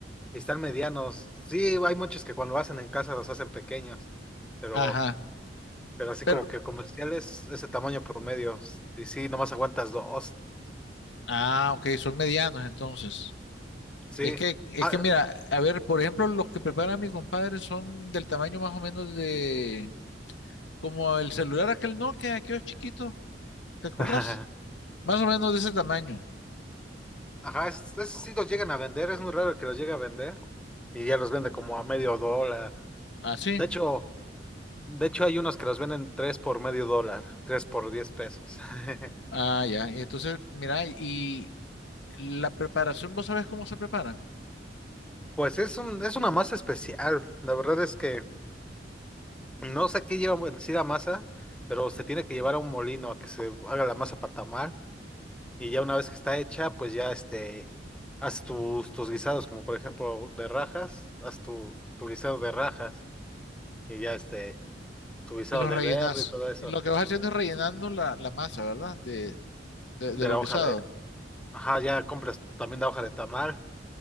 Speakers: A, in the centre; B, on the left (about 75°).
A: están medianos. Sí, hay muchos que cuando hacen en casa los hacen pequeños, pero,
B: ajá.
A: pero así
B: Pero,
A: como que comerciales, ese tamaño promedio, y sí, nomás aguantas dos,
B: Ah, ok, son medianos entonces.
A: sí.
B: Es que, es
A: Ah,
B: que mira, a ver, por ejemplo, los que prepara mi compadre son del tamaño más o menos de, como el celular aquel Nokia, aquellos chiquitos, ¿te acordás?
A: <laughs>
B: Más o menos de ese tamaño.
A: ajá, es- esos sí los llegan a vender, es muy raro el que los llegue a vender y ya los vende como a medio dólar.
B: Ah, sí.
A: De hecho, De hecho, hay unos que los venden tres por medio dólar, tres por diez pesos. <laughs>
B: Ah, ya. Y entonces, mira, y la preparación, vos sabés cómo se preparan.
A: Pues es un, es una masa especial. La verdad es que no sé qué lleva en sí la masa, pero se tiene que llevar a un molino a que se haga la masa para tamar. Y ya una vez que está hecha, pues ya este, haz tus, tus guisados, como por ejemplo de rajas, haz tu, tu guisado de rajas y ya este, tu guisado
B: Y los
A: de
B: rellenás.
A: verde y todo eso,
B: Y lo que vas haciendo es rellenando la, la masa, ¿verdad? De, de,
A: de
B: de lo
A: la
B: guisado.
A: hoja de, ajá, ya compras también la hoja de tamar